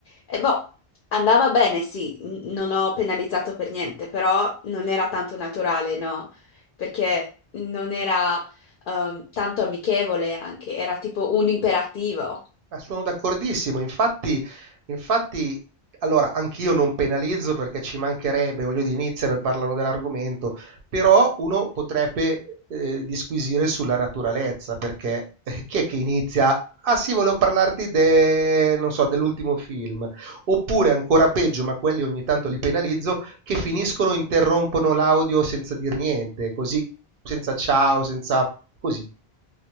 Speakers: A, on the left; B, on the right.
A: E boh, andava bene, sì, n- non ho penalizzato per niente, però non era tanto naturale, no? Perché non era ehm, tanto amichevole anche, era tipo un imperativo.
B: Ma sono d'accordissimo, infatti, infatti, allora, anch'io non penalizzo perché ci mancherebbe, voglio dire, iniziano e parlano dell'argomento, però uno potrebbe eh, disquisire sulla naturalezza, perché eh, chi è che inizia? Ah sì, volevo parlarti de- non so, dell'ultimo film, oppure ancora peggio, ma quelli ogni tanto li penalizzo, che finiscono, interrompono l'audio senza dir niente, così, senza ciao, senza così.